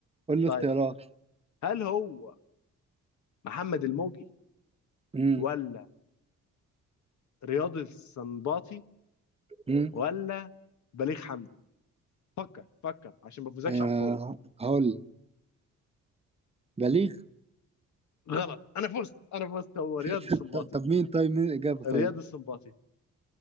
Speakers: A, on the right; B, on the left.
A: قول لي
B: طيب
A: اختيارات
B: هل هو محمد الموجي
A: امم
B: ولا رياض السنباطي
A: امم
B: ولا بليغ حمدي فكر فكر عشان ما افوزكش
A: آه
B: على الفاضي
A: هقول لك. بليغ
B: غلط انا فزت انا فزت هو رياض
A: <laughs>
B: السنباطي
A: طب, طب مين طيب مين الاجابه طيب
B: رياض السنباطي